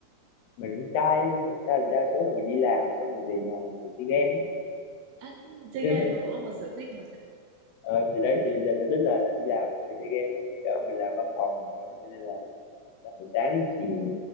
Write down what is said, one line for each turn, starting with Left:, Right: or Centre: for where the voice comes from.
Left: mình cũng trai thật ra là đa số là mình đi làm xong rồi về nhà mình ngồi chơi game
Right: À, chơi
Left: ấy
Right: game mà cũng là một sở thích mà.
Left: <laughs> ờ, thì đấy thì giờ sở thích là, là đi làm xong rồi chơi game ấy cho mình làm văn phòng mà cho nên là làm từ sáng đến chiều